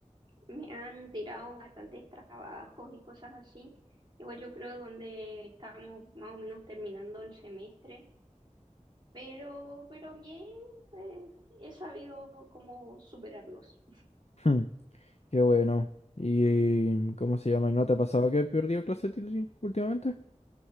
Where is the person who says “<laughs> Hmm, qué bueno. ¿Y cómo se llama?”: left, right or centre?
Left